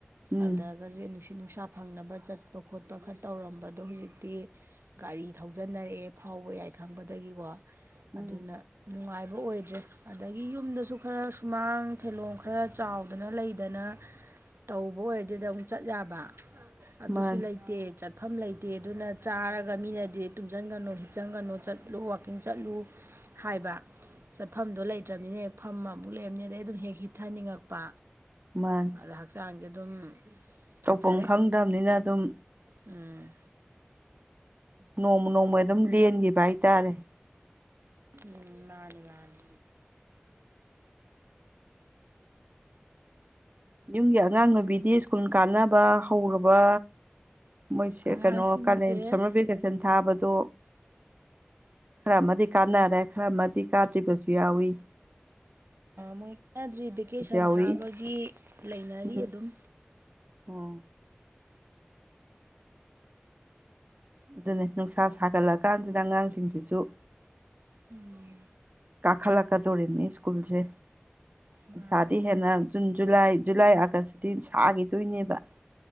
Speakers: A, on the right; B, on the right.
A: ꯎꯝ
B: ꯑꯗꯒꯁꯦ ꯅꯨꯡꯁꯤꯠ ꯅꯨꯡꯁꯥ ꯐꯪꯅꯕ ꯆꯠꯄ ꯈꯣꯠꯄ ꯈꯔ ꯇꯧꯔꯝꯕꯗꯣ ꯍꯧꯖꯤꯛꯇꯤ ꯇꯤ ꯒꯥꯔꯤ ꯊꯧꯖꯟꯅꯔꯥꯑꯦ ꯐꯥꯎꯕ ꯌꯥꯏ ꯈꯪꯕꯗꯒꯤꯀꯣ
A: ꯎꯝ
B: ꯑꯗꯨꯅ ꯅꯨꯡꯉꯥꯏ ꯕꯑꯣꯏꯗ꯭ꯔꯦ ꯑꯗꯒꯤ ꯌꯨꯝꯗꯁꯨ ꯈꯔ ꯁꯨꯃꯥꯡ ꯊꯤꯂꯣꯡ ꯈꯔ ꯆꯥꯎꯗꯅ ꯂꯩꯗꯅ ꯇꯧꯕ ꯑꯣꯏꯔꯗꯤꯗ ꯑꯃꯨꯛ ꯆꯠ ꯌꯥꯕ ꯑꯗꯨꯁꯨ
A: ꯃꯥꯅꯤ
B: ꯂꯩꯇꯦ ꯆꯠꯐꯝ ꯂꯩꯇꯦ ꯑꯗꯨꯅ ꯆꯥꯔꯒ ꯃꯤꯅꯗꯤ ꯇꯨꯝꯁꯤꯟꯒꯅꯨ ꯍꯤꯞꯆꯟꯒꯅꯨ ꯆꯠꯂꯨ ꯋꯥꯀꯤꯡ ꯆꯠꯂꯨ ꯍꯥꯏꯕ ꯆꯠꯐꯝꯗꯣ ꯂꯩꯇ꯭ꯔꯕꯅꯤꯅ ꯍꯦꯛ ꯐꯝꯃꯨꯛ ꯂꯩꯔꯝꯅꯤ ꯑꯗꯩ ꯑꯗꯨꯝ ꯍꯦꯛ ꯍꯤꯞꯊꯅꯤꯡꯉꯛꯄ
A: ꯃꯥꯅꯤ
B: ꯑꯗ ꯍꯛꯆꯥꯡꯖꯦ ꯑꯗꯨꯝ
A: ꯇꯧꯐꯝ
B: ꯐꯖꯔꯦ
A: ꯈꯪꯗꯝꯅꯤꯅ ꯑꯗꯨꯝ
B: ꯎꯝ
A: ꯅꯣꯡꯃ ꯅꯣꯡꯃ ꯑꯗꯨꯝ ꯂꯦꯟꯒꯤꯕ ꯍꯥꯏꯇꯥꯔꯦ
B: ꯎꯝ ꯃꯅꯤ ꯃꯅꯤ
A: ꯌꯨꯝꯒꯤ ꯑꯉꯥꯡ ꯅꯨꯕꯤꯗꯤ ꯁ꯭ꯀꯨꯜ ꯀꯥꯟꯅꯕ ꯍꯧꯔꯕ ꯃꯣꯏꯁꯦ
B: ꯑꯉꯥꯡꯁꯤꯡꯁꯦ
A: ꯀꯩꯅꯣ ꯀꯥꯂꯦꯟ ꯁꯃꯔ ꯚꯦꯀꯦꯁꯟ ꯊꯥꯕꯗꯣ ꯈꯔ ꯑꯃꯗꯤ ꯀꯥꯟꯅꯔꯦ ꯈꯔ ꯑꯃꯗꯤ ꯀꯥꯗ꯭ꯔꯤꯕꯁꯨ ꯌꯥꯎꯋꯤ
B: ꯃꯣꯏ ꯆꯗ꯭ꯔꯤ ꯚꯦꯀꯦꯁꯟ
A: ꯌꯥꯎꯏ
B: ꯊꯥꯕꯒꯤ ꯂꯩꯅꯔꯤ
A: ꯎꯝ
B: ꯑꯗꯨꯝ
A: ꯑꯣ ꯑꯗꯨꯅꯦ ꯅꯨꯡꯁꯥ ꯁꯥꯒꯠꯂꯛꯑꯀꯥꯟꯁꯤꯗ ꯑꯉꯥꯡꯁꯤꯡꯁꯤꯁꯨ
B: ꯎꯝ
A: ꯀꯈꯠꯂꯛꯀꯗꯣꯅꯤ ꯁ꯭ꯀꯨꯨꯜꯂꯦ
B: ꯃꯥꯅꯤ
A: ꯄꯦꯈꯥꯗꯤ ꯍꯦꯟꯅ ꯖꯨꯟ ꯖꯨꯂꯥꯏ ꯖꯨꯂꯥꯏ ꯑꯥꯒꯁꯇꯤ ꯁꯥꯈꯤꯗꯣꯏꯅꯦꯕ